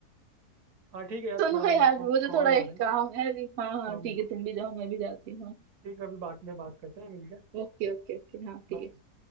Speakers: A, on the right; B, on the right.
A: हाँ ठीक है यार
B: सुनो
A: थोड़ा
B: यार
A: मेरे को
B: मुझे
A: कॉल
B: थोड़ा
A: आ
B: एक
A: रहा है
B: काम है अभी हाँ हाँ
A: और
B: ठीक
A: मेरे को
B: है तुम भी जाओ मैं भी जाती हूँ हाँ,
A: ठीक है अभी बाद में बात करते हैं मिलके
B: ओके ओके ओके हाँ ठीक
A: बाय
B: है